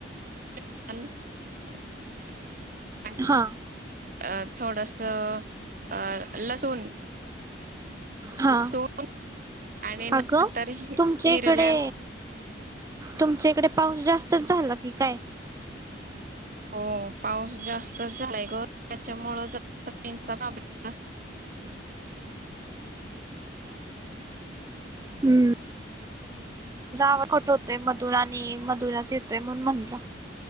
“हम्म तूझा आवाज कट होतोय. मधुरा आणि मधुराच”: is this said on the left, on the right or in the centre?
Right